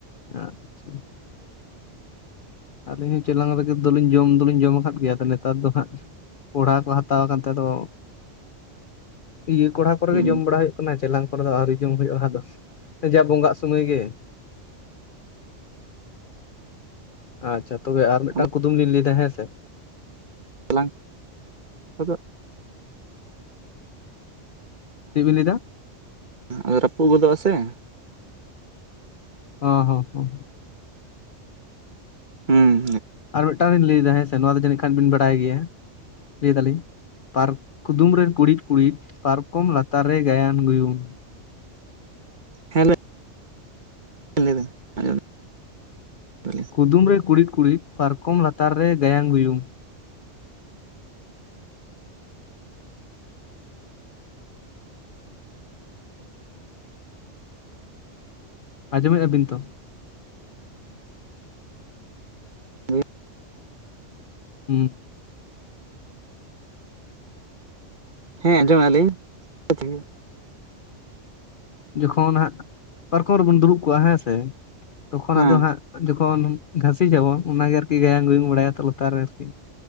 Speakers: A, on the left (about 55°); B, on the right (about 40°).
A: ᱟᱪᱪᱷᱟ ᱟᱹᱞᱤᱧ ᱪᱮᱞᱟᱝ ᱨᱮᱜᱮ ᱫᱚᱞᱤᱧ ᱡᱚᱢ ᱫᱚᱞᱤᱧ ᱡᱚᱢ ᱟᱠᱟᱫ ᱜᱮᱭᱟ᱾ ᱱᱮᱛᱟᱨ ᱫᱚ ᱦᱟᱸᱜ ᱠᱚᱲᱦᱟ ᱠᱚ ᱦᱟᱛᱟᱣ ᱠᱟᱛᱮ ᱫᱚ ᱤᱭᱟᱹ ᱠᱚᱲᱦᱟ ᱠᱚᱨᱮ
B: ᱦᱮᱸ
A: ᱜᱮ ᱡᱚᱢ ᱵᱟᱲᱟ ᱦᱩᱭᱩᱜ ᱠᱟᱱᱟ᱾ ᱪᱮᱞᱟᱝ ᱠᱚᱨᱮ ᱫᱚ ᱟᱹᱣᱨᱤ ᱡᱚᱢ ᱦᱩᱭᱩᱜᱼᱟ ᱦᱟᱫᱚ ᱡᱟ ᱵᱚᱸᱜᱟᱟᱜ ᱥᱩᱢᱟᱹᱭ ᱜᱮ᱾ ᱟᱪᱪᱷᱟ ᱛᱚᱵᱮ ᱟᱨ ᱢᱤᱫᱴᱟᱝ
B: ᱟᱫᱚ
A: ᱠᱩᱫᱩᱢ ᱞᱤᱧ ᱞᱟᱹᱭ ᱫᱟ ᱦᱮᱸ ᱥᱮ ᱾
B: ᱞᱟᱝ <unintelligible> ᱟᱫᱚ
A: ᱪᱮᱫ ᱵᱤᱱ ᱞᱟᱹᱭᱮᱫᱟ?
B: ᱟ ᱨᱟᱹᱯᱩᱜ ᱜᱚᱫᱚᱜᱼᱟ ᱥᱮ ᱾
A: ᱦᱚᱸ ᱦᱚᱸᱦᱚᱸ
B: ᱦᱩᱸ
A: ᱟᱨ ᱢᱤᱫᱴᱟᱝ ᱞᱤᱧ ᱞᱟᱹᱭ ᱫᱟ ᱦᱮᱸ ᱥᱮ ᱱᱚᱣᱟ ᱫᱚ ᱡᱟᱹᱱᱤᱡ ᱠᱷᱟᱱ ᱵᱤᱱ ᱵᱟᱰᱟᱭ ᱜᱮᱭᱟ᱾ ᱞᱟᱹᱭ ᱫᱟᱞᱤᱧ ᱯᱟᱨ ᱠᱩᱫᱩᱢ ᱨᱮ ᱠᱩᱲᱤᱫ ᱠᱩᱲᱤᱫ ᱯᱟᱨᱠᱚᱢ ᱞᱟᱛᱟᱨ ᱨᱮ ᱜᱟᱭᱟᱝ ᱜᱩᱭᱩᱝ᱾
B: ᱦᱮᱞᱳ ᱞᱟᱹᱭ ᱵᱮᱱ ᱟᱸᱡᱚᱢ ᱫᱟᱞᱤᱧ
A: ᱠᱩᱫᱩᱢ ᱨᱮ ᱠᱩᱲᱤᱫ ᱠᱩᱲᱤᱫ ᱯᱟᱨᱠᱚᱢ ᱞᱟᱛᱟᱨ ᱨᱮ ᱜᱟᱭᱟᱝ ᱜᱩᱭᱩᱝ᱾ ᱟᱸᱡᱚᱢᱮᱫᱼᱟᱵᱤᱱ ᱛᱚ?
B: ᱦᱳᱭ
A: ᱦᱩᱸ <inaudible>
B: ᱦᱮᱸ ᱟᱸᱡᱚᱢᱮᱫ ᱟᱞᱤᱧ <unintelligible>
A: ᱡᱚᱠᱷᱚᱱ ᱦᱟᱸᱜ ᱯᱟᱨᱠᱚᱢ ᱨᱮᱵᱚᱱ ᱫᱩᱲᱩᱵ ᱠᱚᱜᱼᱟ ᱦᱮᱸ ᱥᱮ, ᱛᱚᱠᱷᱚᱱ
B: ᱦᱮᱸ
A: ᱟᱫᱚ ᱦᱟᱸᱜ ᱡᱚᱠᱷᱚᱱ ᱜᱷᱟᱥᱤᱡ ᱟᱵᱚᱱ ᱚᱱᱟᱜᱮ ᱟᱨᱠᱤ ᱜᱟᱭᱟᱝ ᱜᱩᱭᱩᱝ ᱵᱟᱲᱟᱭᱟ ᱛᱚ ᱞᱟᱛᱟᱨ ᱨᱮ ᱟᱨᱠᱤ᱾